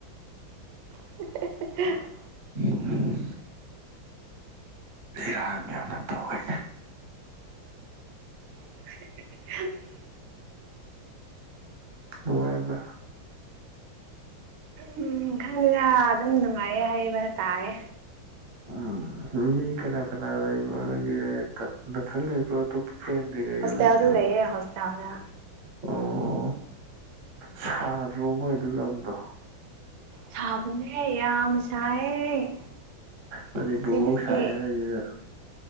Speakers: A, on the right; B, on the right.
A: <inaudible>
B: ꯎꯝ ꯏꯔꯥꯡ ꯌꯥꯝꯅ ꯇꯧꯋꯦ
A: <inaudible>
B: ꯅꯨꯡꯉꯥꯏꯕꯔꯥ
A: ꯎꯝ ꯈꯪꯗꯦꯗ ꯑꯗꯨꯝ ꯅꯨꯡꯉꯥꯏꯌꯦ ꯍꯥꯏꯕ ꯇꯥꯔꯦ
B: ꯎꯝ ꯃꯤ ꯀꯅꯥ ꯀꯅꯥ ꯂꯩꯕ ꯅꯪꯒꯤ ꯔꯦꯟꯇ ꯅꯇꯟ ꯂꯩꯕꯔꯣ ꯑꯇꯣꯞꯄ ꯐ꯭ꯔꯦꯟ ꯁꯤꯡꯒ
A: ꯍꯣꯁꯇꯦꯜꯗ
B: ꯂꯩꯃꯤꯟꯅꯕꯔꯣ
A: ꯂꯩꯌꯦ ꯍꯣꯁꯇꯦꯜꯗ
B: ꯑꯣ ꯁꯥꯗ꯭ꯔꯣ ꯃꯣꯏ ꯑꯗꯨ ꯂꯝꯗꯣ
A: ꯁꯕꯅꯦ ꯌꯥꯝ ꯁꯥꯏꯌꯦ
B: ꯃꯅꯤꯄꯨꯔꯐꯧ
A: ꯁꯤꯗꯗꯤ
B: ꯁꯥꯏ ꯍꯥꯏꯁꯤꯗ